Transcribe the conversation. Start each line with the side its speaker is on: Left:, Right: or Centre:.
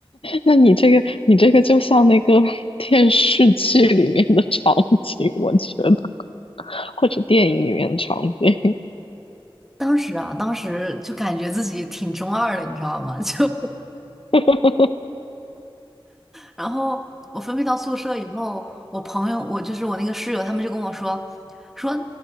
Left: 那你这个你这个就像那个 <laughs> 电视剧里面的场景，我觉得，或者电影里面的场景，
Centre: 当时啊，当时就感觉自己挺中二的，你知道吗？<laughs> 就
Left: <laughs>
Centre: 然后我分配到宿舍以后，我朋友，我就是我那个室友，他们就跟我说说